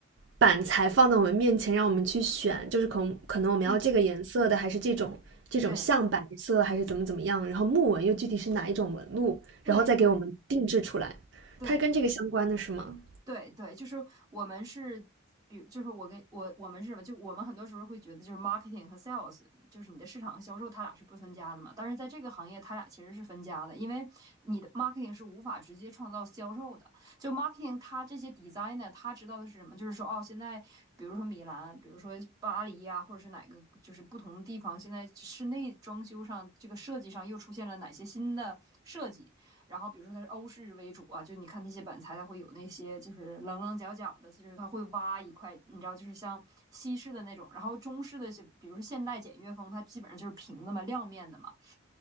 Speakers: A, on the right (about 60°); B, on the right (about 20°).
A: 板材放在我们面前，让我们去选，就是可能可能我们要这个颜色的，
B: 嗯
A: 还是这种这种象白色，
B: 对。
A: 还是怎么怎么样，然后木纹又具体是哪一种纹路，
B: 对对
A: 然后再给我们定制出来。
B: 对
A: 它是跟这个相关的是吗？
B: 对对，就是我们是，比如就是我跟我我们是什么？就我们很多时候会觉得，就是 marketing 和 sales，就是你的市场和销售，它俩是不分家的嘛。但是在这个行业，它俩其实是分家的，因为你的 marketing 是无法直接创造销售的。就 marketing，它这些 designer，他知道的是什么？就是说，哦，现在比如说米兰，比如说巴黎呀、或者是哪个，就是不同的地方，现在室内装修上这个设计上又出现了哪些新的设计。然后比如说它是欧式为主啊，就你看那些板材，它会有那些就是棱棱角角的，就是它会挖一块，你知道，就是像西式的那种。然后中式的就比如说现代简约风，它基本上就是平的嘛，亮面的嘛。